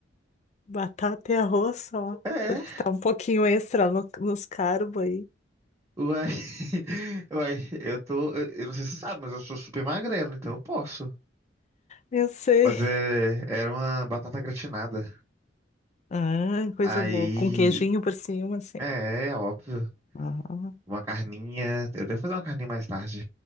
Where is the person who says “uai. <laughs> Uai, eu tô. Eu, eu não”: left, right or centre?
Right